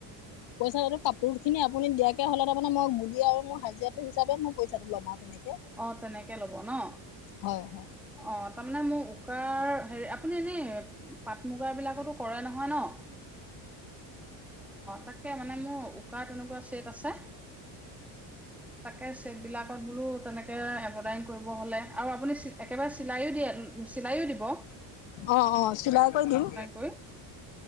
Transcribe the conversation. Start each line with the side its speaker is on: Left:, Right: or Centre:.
Left: পইচাটো কাপোৰ খিনি আপুনি দিয়াকে হলে তাৰমানে মই আৰু মোৰ হাজিৰাটো হিচাপে মোক পইচাটো লম অ তেনে
Centre: অ তেনেকে লব ন
Left: হয় হয়।
Centre: অ তাৰমানে মোক উকাৰ হেৰি আপুনি এনেই পাট মুগাৰ বিলাকতো কৰে নহয় ন অ তাকে মানে মোৰ উকা তেনেকুৱা ছেট আছে তাকে ছেট বিলাকত বোলো তেনেক হলে এম্বদাৰী কৰিব হলে আৰু আপুনি একেবাৰে চিলাই দিয়ে চিলাইও দ ব
Left: অ অ চিলাই কৰি দিওঁ
Centre: কৰি